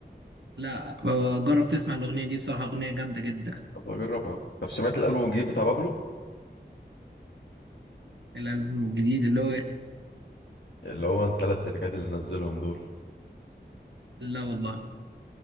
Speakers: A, on the right; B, on the left.
A: لا جرب تسمع الأغنية دي بصراحة أغنية جامدة جدا
B: طب اجربها طب سمعت الالبوم الجديد بتاع بابلو
A: الألبوم الجديد اللي هو إيه؟
B: اللي هو التلات تراكات اللي نزلهم دول
A: لا والله